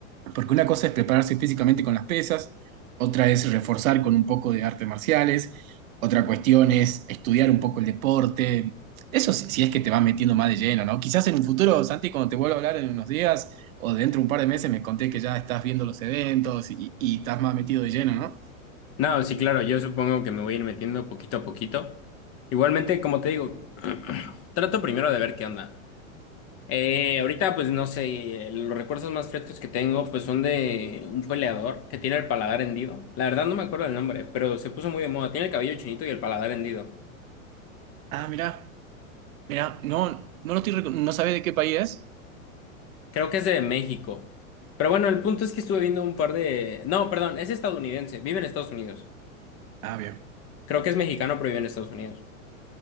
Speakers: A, on the right; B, on the left.
A: Porque una cosa es prepararse físicamente con las pesas, otra es reforzar con un poco de artes marciales, otra cuestión es estudiar un poco el deporte. Eso si si es que te vas metiendo más de lleno, ¿no? Quizás en un futuro, Santi, cuando te vuelva a hablar en unos días o dentro de un par de meses, me conté que ya estás viendo los eventos y, y estás más metido de lleno, ¿no?
B: No, sí, claro, yo supongo que me voy a ir metiendo poquito a poquito. Igualmente, como te digo, <clears throat> trato primero de ver qué onda. Eh, ahorita, pues no sé, eh, los recuerdos más frescos que tengo, pues son de un peleador que tiene el paladar hendido. La verdad no me acuerdo del nombre, pero se puso muy de moda. Tiene el cabello chinito y el paladar hendido.
A: Ah, mirá, mirá, no, no lo estoy, recon- no sabés de qué país es.
B: Creo que es de México. Pero bueno, el punto es que estuve viendo un par de... No, perdón, es estadounidense, vive en Estados Unidos.
A: Ah, bien.
B: Creo que es mexicano, pero vive en Estados Unidos.